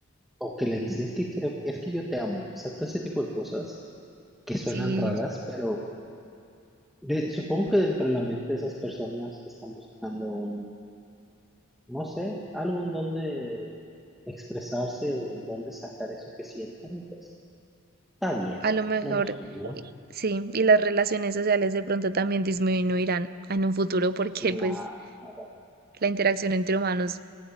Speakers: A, in the centre; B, on the right.
A: O que le dices, es que creo, es que yo te amo. O sea, todo ese tipo de cosas que suenan
B: sí,
A: raras, pero de- supongo que dentro de la mente de esas personas están buscando un, no sé, algo en donde expresarse o donde sacar eso que sienten. y Pues está bien,
B: a lo mejor
A: no los juzgo.
B: sí. Y las relaciones sociales de pronto también disminuirán en un futuro porque
A: Claro.
B: pues la interacción entre humanos